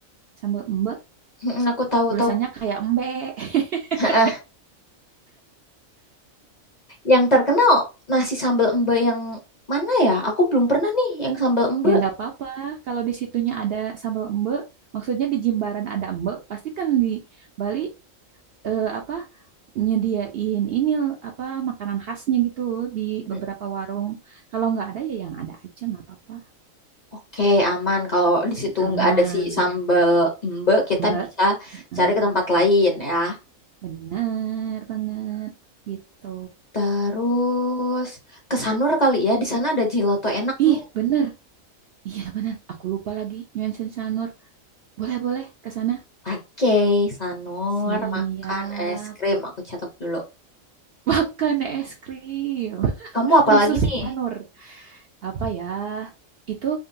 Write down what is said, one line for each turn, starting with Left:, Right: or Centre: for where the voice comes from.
Right: Sambal embe
Left: mm Aku tahu-tahu.
Right: tulisannya kayak embe <laughs>
Left: <laughs> Yang terkenal nasi sambal emba yang mana ya? Aku belum pernah nih yang sambal emba.
Right: Ya nggak apa-apa. Kalau di situnya ada sambal embe maksudnya di Jimbaran ada embe pasti kan di Bali eh, apa nyediain ini apa makanan khasnya gitu di beberapa
Left: Mm,
Right: warung. Kalau nggak ada ya yang ada aja nggak apa-apa.
Left: Oke, aman. Kalau di situ
Right: Aman.
Left: nggak ada si sambal emba, kita
Right: Mbak,
Left: bisa
Right: Mm,
Left: cari ke tempat lain ya.
Right: bener banget gitu.
Left: Terus ke Sanur kali ya. Di sana ada gelato enak
Right: Ih,
Left: nih.
Right: bener. Iya bener. Aku lupa lagi. Nyuan Sensanur. Boleh, boleh ke sana.
Left: Oke, Sanur
Right: Siap.
Left: makan es krim. Aku catat dulu.
Right: <laughs> Makan es krim
Left: Kamu apa
Right: khusus
Left: lagi nih?
Right: Tanur. Apa ya? Itu